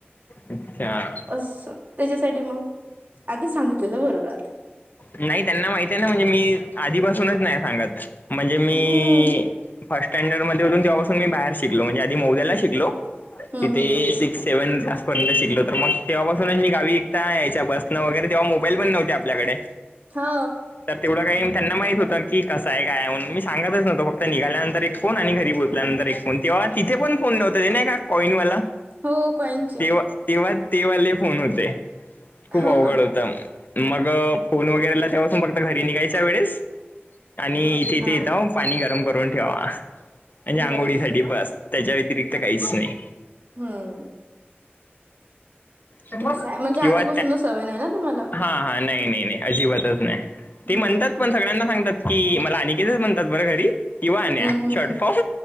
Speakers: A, on the left; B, on the right.
A: अच्छा
B: अस त्याच्यासाठी मग आधी सांगितलं बरोबरहते
A: नाही त्यांना माहित आहे ना म्हणजे मी आधीपासूनच नाही सांगत म्हणजे मी
B: हम्म
A: फर्स् स्टँडर्डमध्ये होून तेव्हाासून मी बाहेर शिकलो म्हणजे आधी मोद्याला शिकलो
B: हम्म
A: तिथे
B: हम्म हम्म
A: सिक्स सेव्हन शिकलो तर मग तेव्हापासूनच मी गावी विकता यायच्या बसं वगैरे तेव्हा मोबाईल पण नव्हते आपल्याकडे
B: हा
A: तर तेवढं काही त्यांना माहित होतं की कसं आहे काय म्हणून मी सांगतच नव्हतो फक्त निघाल्यानंतर एक फोन आणि घरी बोलतो आपल्यांतर एको तेव्हा तिथे पण फोन लावता ते ना का कॉईनवाला
B: हो कहीच
A: तेव्हा तेव्हा तेवाले फोन होते खूप
B: हो
A: अवघड
B: ना.
A: होते मग फोन वगैरेला तेासून फक्त घरी निघायच्या वेळेस आणि तिथे
B: हा.
A: यथ पाणी गरम करून ठेवा म्हणजे आंघोळीसाठीठी
B: बस
A: बस त्याच्या व्यतिरिक्त काहीच नाही
B: हम्म
A: किंवा
B: तसं आहे म्हणजे आधीपासूनच सवय नाही ना तुम्हाला?
A: हा हा नाही नाही नाही अजिबातच नाही ते
B: हम्म
A: म्हणतात पण सगळ्यांना सांगतात की मला आणनिकेतच म्हणतात बरं घरी किंवा आणन्या
B: हम्म हम्म
A: शर्टफॉर्म
B: हम्म